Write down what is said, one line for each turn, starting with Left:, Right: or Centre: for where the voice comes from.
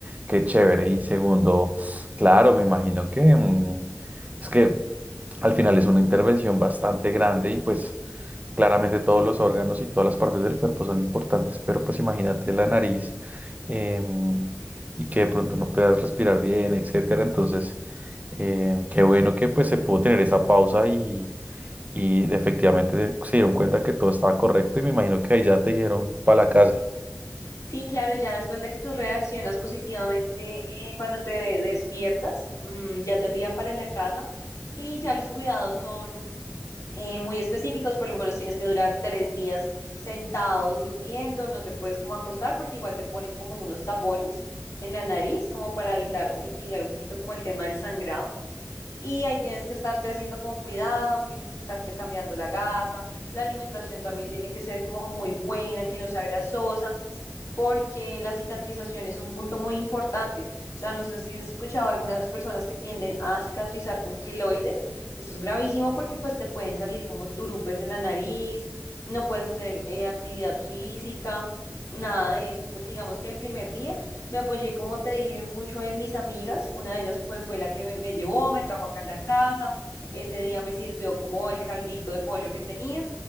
Right: qué chévere. Y segundo, claro, me imagino que mm, es que al final es una intervención bastante grande y pues claramente todos los órganos y todas las partes del cuerpo son importantes, pero pues imagínate la nariz em, y que de pronto no puedas respirar bien, etcétera. Entonces, eh, qué bueno que pues se pudo tener esa pausa y y efectivamente se dieron cuenta que todo estaba correcto y me imagino que ahí ya te dijeron para la casa.
Left: Sí, claro, ya después de que tú reaccionas positivamente eh, cuando te despiertas, mm, ya te envían para la casa y ya los cuidados son eh, muy específicos, por lo menos tienes que durar tres días sentado durmiendo, no te puedes como acostar porque igual te ponen como unos tapones en la nariz como para evitar o mitigar un poquito como el tema del sangrado. Y ahí tienes que estarte haciendo como cuidados, tienes que estarte cambiando la gasa, la alimentación también tiene que ser como muy buena, que no sea grasosa, porque la cicatrización es un punto muy importante. O sea, no sé si has escuchado algunas personas que tienden a cicatrizar con queloides, eso es gravísimo porque pues te pueden salir como turupes en la nariz, no puedes hacer eh, actividad física, nada de eso. Pues digamos que el primer día me apoyé, como te dije, mucho en mis amigas. Una de ellas fue, fue la que me, me llevó, me trajo acá a la casa. Ese día me sirvió como el caldito de pollo que tenía